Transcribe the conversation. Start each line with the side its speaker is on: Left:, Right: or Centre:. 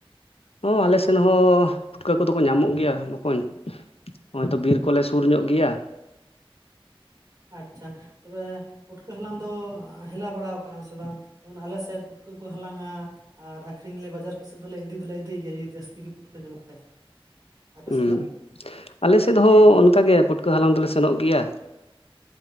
Left: ᱦᱚᱸ ᱟᱞᱮ ᱥᱮᱱ ᱦᱚᱸ ᱯᱩᱴᱠᱟᱹ ᱠᱚᱫᱚ ᱠᱚ ᱧᱟᱢᱚᱜ ᱜᱮᱭᱟ ᱵᱚᱠᱚᱧ ᱱᱚᱜᱼᱚᱭ ᱛᱚ ᱵᱤᱨ ᱠᱚᱞᱮ ᱥᱩᱨ ᱧᱚᱜ ᱜᱮᱭᱟ,
Right: ᱟᱪᱪᱷᱟ, ᱛᱚᱵᱮ ᱯᱩᱴᱠᱟᱹ ᱦᱟᱞᱟᱝ ᱫᱚ ᱦᱮᱞᱟᱣ ᱵᱟᱲᱟᱣ ᱠᱟᱱᱟᱢ ᱥᱮ ᱵᱟᱝ ᱡᱮᱢᱚᱱ ᱟᱞᱮ ᱥᱮᱫ ᱯᱩᱴᱠᱟᱹ ᱠᱚ ᱦᱟᱞᱟᱝᱟ ᱟᱨ ᱟᱹᱠᱷᱨᱤᱧ ᱞᱮ ᱵᱟᱡᱟᱨ ᱠᱚᱥᱮᱫ ᱫᱚᱞᱮ ᱤᱫᱤ ᱫᱚᱞᱮ ᱤᱫᱤᱭ ᱜᱮᱭᱟ ᱡᱩᱫᱤ ᱡᱟᱹᱥᱛᱤ ᱜᱮ ᱯᱩᱴᱠᱟᱹ ᱠᱚ ᱧᱟᱢᱚᱜ ᱠᱷᱟᱡ, ᱟᱯᱮ
Left: ᱦᱩᱸ,
Right: ᱥᱮᱫ ᱫᱚ
Left: ᱟᱞᱮ ᱥᱮᱫ ᱦᱚᱸ ᱚᱱᱠᱟᱜᱮ ᱯᱩᱴᱠᱟᱹ ᱦᱟᱞᱟᱝ ᱫᱚᱞᱮ ᱥᱮᱱᱚᱜ ᱜᱮᱭᱟ